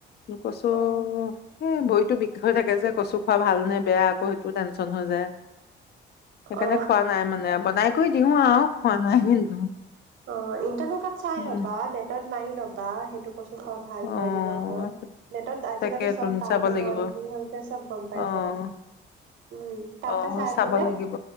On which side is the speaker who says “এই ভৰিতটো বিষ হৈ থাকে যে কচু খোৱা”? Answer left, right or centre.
Left